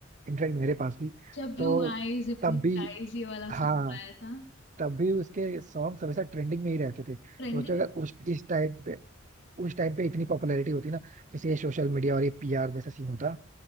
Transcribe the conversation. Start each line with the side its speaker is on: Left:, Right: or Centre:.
Right: इनफैक्ट मेरे पास भी
Left: जब ब्लू
Right: तो
Left: आईज हिप्नोटाइज
Right: तब भी
Left: ये वाला
Right: हाँ
Left: सॉन्ग आया था
Right: तब भी उसके सॉन्ग हमेशा ट्रेंडिंग में ही रहते थे
Left: ट्रेंडिंग
Right: सोचो अगर उस इस टाइम पे उस टाइम पे इतनी पॉपुलैरिटी होती ना जैसे ये सोशल मीडिया और ये पीआर जैसा सीन होता